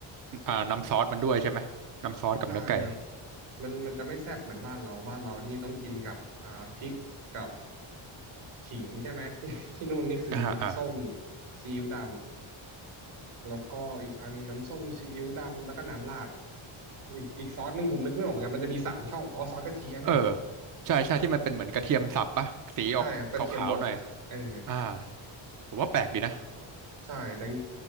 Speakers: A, on the right; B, on the right.
A: อ่าน้ำซอสมันด้วยใช่ไหมน้ำซอสกับเนื้อไก่
B: ใช่ครับมันมันจะไม่แซ่บเหมือนบ้านเราบ้านเรานี่ต้องกินกับอ่าพริกกับขิงใช่ไหมที่ <laughs> ที่นู่นนี่คือน้ำส้ม
A: อ่าอ่า
B: ซีอิ๊วดำแล้วก็อีกอันน้ำส้มซีอิ๊วดำแล้วก็น้ำราดอีกอีกซอสหนึ่งผมนึกไม่ออกเหมือนกันมันจะมีสามช่องอ๋อซอสกระเทียม
A: เออใช่ใช่ที่มันเป็นเหมือนกระเทียมสับปะสีออกขาวๆหน่อย
B: ใช่ครับกระเทียมบดเออ
A: อ่าผมว่าแปลกดีนะ
B: ใช่แต่